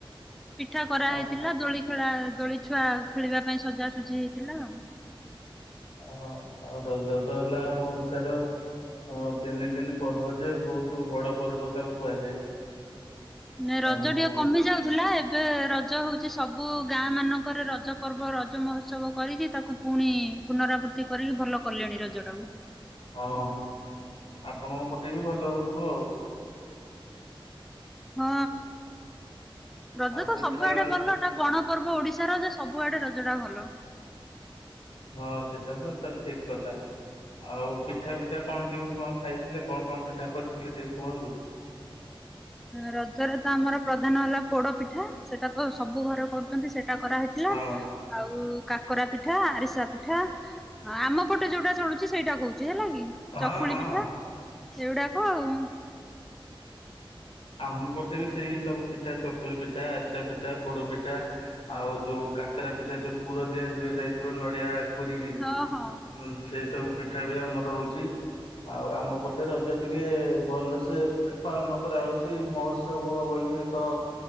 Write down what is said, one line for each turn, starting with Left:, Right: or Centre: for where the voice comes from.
Centre: ପିଠା କରାହେଇଥିଲା
Left: ଆଉ
Centre: ଦୋଳି ଖେଳା ଦୋଳି ଛୁଆ ଖେଳିବା ପାଇଁ ସଜାସୁଜି ହେଇଥିଲା ଆଉ।
Left: ହଁ ଆଉ ରଜ ତ ହେଲା ଆମ ଓଡିଶାର ହଁ ତିନି ଦିନି ପର୍ବ ଯେ ବହୁତ ବଡ ପର୍ବ ତାକୁ କୁହାଯାଏ।
Centre: ନାଇଁ ରଜ
Left: ଆଉ
Centre: ଟିଏ କମି ଯାଉଥିଲା। ଏବେ ରଜ ହଉଚି ସବୁ ଗାଁ ମାନଙ୍କରେ ରଜ ପର୍ବ ରଜ ମହୋତ୍ସବ କରିକି ତାକୁ ପୁଣି ପୁନରାବୃତ୍ତି କରିକି ଭଲ କଲେଣି ରଜ ଟାକୁ।
Left: ହଁ। ଆପଣଙ୍କ ପଟେ ବି ଭଲ ହଉଥିବ ଆଉ।
Centre: ହଁ। ରଜ
Left: ଆଉ
Centre: ତ
Left: ପିଠା
Centre: ସବୁଆଡେ ଭଲ। ସେ ଗଣ ପର୍ବ ଓଡିଶାର ଯେ ସବୁଆଡେ ରଜଟା ଭଲ।
Left: ହଁ ସେଟା ତ ସେ ଠିକ କଥା। ଆଉ ପିଠା ପିଠା କଣ କେମିତି କଣ ଖାଇଥିଲେ? କଣ କଣ ପିଠା କରିଥିଲେ ଟିକେ କୁହନ୍ତୁ।
Centre: ରଜରେ ତ ଆମର ପ୍ରଧାନ ହେଲା ପୋଡ ପିଠା। ସେଟା ତ ସବୁ ଘରେ କରୁଚନ୍ତି ସେଇଟା କରାହେଇ ଥିଲା।
Left: ହଁ
Centre: ଆଉ କାକରା ପିଠା, ଆରିସା ପିଠା। ହଁ ଆମ ପଟେ ଯୋଉଟା ଚଳୁଚି ସେଇଟା କହୁଚି ହେଲା କି।
Left: ହଁ
Centre: ଚକୁଳି
Left: ହଁ।
Centre: ପିଠା ଏଇଉଗୁଡାକ ଆଉ।
Left: ଆମ ପଟେ ବି ସେଇ ସବୁ ପିଠା ଚକୁଳି ପିଠା, ଆରିସା ପିଠା, ପୋଡ ପିଠା। ଆଉ ଯୋଉ କାକରା ପିଠା ଯୋଉ ପୁର ଦିଆଯିବ ଯାଇଥିବ ନଡିଆ କୋରିକି।
Centre: ହଁ ହଁ
Left: ହୁଁ ସେଇ ସବୁ ପିଠା ବି ଆମର ହଉଚି। ଆଉ ଆମ ପଟେ ରଜ ଟିକେ ଭଲସେ ପାଳନ କରାହଉଚି। ସେଇ ମହୋତ୍ସବ ଭଳି ଏକ